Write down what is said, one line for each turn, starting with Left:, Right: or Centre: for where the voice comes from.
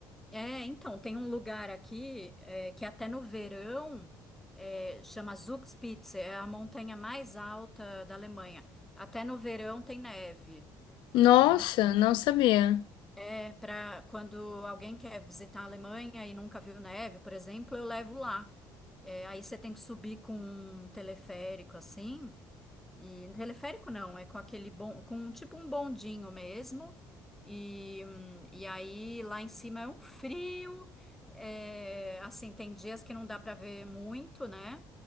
Centre: é, então, tem um lugar aqui é, que até no verão é, chama Zugspitze, é a montanha mais alta da Alemanha. Até no verão tem neve.
Left: Nossa,
Centre: Então, assim,
Left: não sabia.
Centre: é, para quando alguém quer visitar a Alemanha e nunca viu neve, por exemplo, eu levo lá. É, aí você tem que subir com um teleférico assim. E teleférico não, é com aquele bom, com tipo um bondinho mesmo. E, hum, e aí lá em cima é um frio. é, assim, tem dias que não dá para ver muito, né?